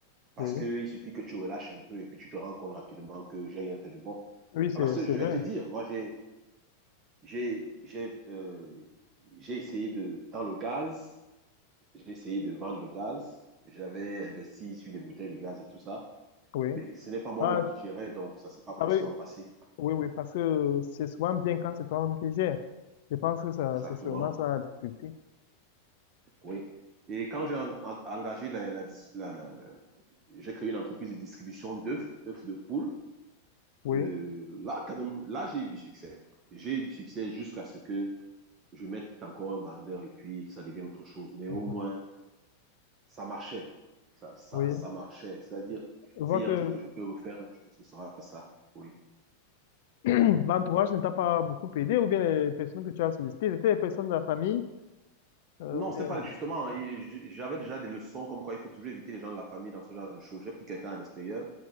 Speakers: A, on the right; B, on the left.
A: Parce
B: oui,
A: qu'il suffit que tu relâches un peu et puis tu te rends compte rapidement que j'ai rien fait de bon.
B: oui, c'est,
A: Ah, Parce que
B: c'est
A: je
B: vrai,
A: vais te dire, moi, j'ai, j'ai, j'ai, euh, j'ai essayé de, dans le gaz, j'ai essayé de vendre le gaz. J'avais investi sur les bouteilles de gaz et tout ça.
B: oui.
A: Mais ce n'est pas moi-même
B: Ah,
A: qui gérais, donc ça ne s'est pas
B: ah
A: forcément
B: oui,
A: passé.
B: oui,
A: Oui,
B: oui, parce que c'est souvent bien quand c'est toi-même qui gères. Je pense que ça,
A: exactement.
B: c'est sûrement ça la difficulté.
A: Oui. Et quand j'ai en- en- engagé la, la, dis- la- la- la- j'ai créé une entreprise de distribution d'œufs, œufs de poule.
B: Oui,
A: Euh, là, quand même, là, j'ai eu du succès. J'ai eu du succès jusqu'à ce que je mette encore un vendeur et puis que ça devienne autre chose. Mais
B: mhm,
A: au moins, ça marchait. Ça, ça,
B: oui.
A: ça marchait. C'est-à-dire,
B: Je
A: s'il
B: vois
A: y
B: que
A: a un truc que je peux refaire, je pense que ce sera ça. Oui.
B: <clears throat> l'entourage ne t'a pas beaucoup aidé, ou bien les personnes que tu as sollicitées, c'était les personnes de la famille, euh,
A: Non,
B: ou bien.
A: c'était pas justement. j- J'avais déjà des leçons comme quoi il faut toujours éviter les gens de la famille dans ce genre de choses. J'ai pris quelqu'un à l'extérieur,